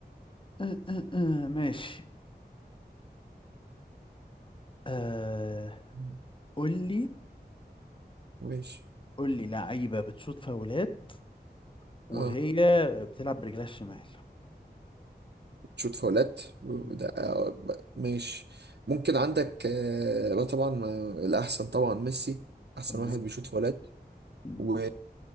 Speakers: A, on the left (about 30°); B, on the right (about 80°).
A: آه آه آه ماشي آه
B: مم.
A: قول لي
B: ماشي
A: قول لي لعيبه بتشوط فاولات وهي
B: اه
A: بتلعب برجلها الشمال
B: شوت فاولات وده
A: مم.
B: آه، ب- ماشي ممكن عندك آه بقى طبعا ما- الاحسن طبعا ميسي احسن
A: تمام
B: واحد بيشوت فاولات
A: مم.
B: و...